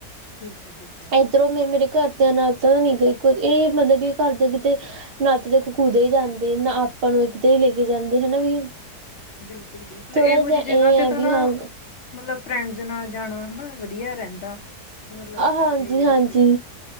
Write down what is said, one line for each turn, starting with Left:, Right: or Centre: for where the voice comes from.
Left: ਠੀਕ ਹੈ ਠੀਕ ਹੈ।
Right: ਇੱਧਰੋਂ ਮੈਂ ਮੇਰੇ ਘਰਦਿਆਂ ਨਾਲ ਤਾਂ ਨੀ ਗਈ ਇਹ ਮਤਲਬ ਕਿ ਘਰ ਦੇ ਕਿਤੇ ਨਾ ਤਾਂ ਦੇਖੋ ਕੁਦੇ ਹੀ ਜਾਂਦੇ ਨਾ ਆਪਾਂ ਨੂੰ ਇੱਕ ਤੇ ਹੀ ਲੈ ਕੇ ਜਾਂਦੇ ਹਨਾ ਵੀ।
Left: ਬਿਲਕੁਲ ਬਿਲਕੁਲ
Right: ਥੋੜਾ
Left: ਇਹੋ
Right: ਜਿਹਾ
Left: ਜਿਹੀ ਜਗ੍ਹਾ
Right: ਇਹ
Left: ਤੇ
Right: ਆ
Left: ਤਾਂ
Right: ਵੀ
Left: ਨਾ
Right: ਹਾਂ
Left: ਮਤਲਬ ਫਰੈਂਡਸ ਨਾਲ ਜਾਣਾ ਹਨਾ ਵਧੀਆ ਰਹਿੰਦਾ। ਮਤਲਬ ਇਕੱਠੇ
Right: ਹਾਂਜੀ ਹਾਂਜੀ
Left: ਹੋ ਕੇ